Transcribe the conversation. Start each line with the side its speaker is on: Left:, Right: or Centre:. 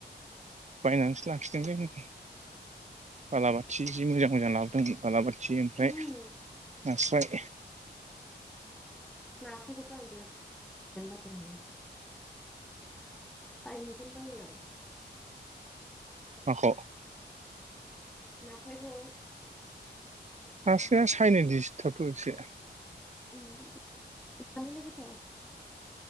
Right: बायनानैसो लाखिदों जोङो। बालाबाथि जि मोजां मोजां लाबोदोंमोन बालाबाथ थि ओमफ्राय
Centre: उम
Right: नास्राय
Centre: नासो खोथ' आं बिरात जानो बाथारलै आं बेखौनो बायो।
Right: माख'
Centre: नास्रायखौ
Right: नास्राया सायनो दिसथाबथ'' एसे
Centre: उम ओ जानोलाय गोथाव।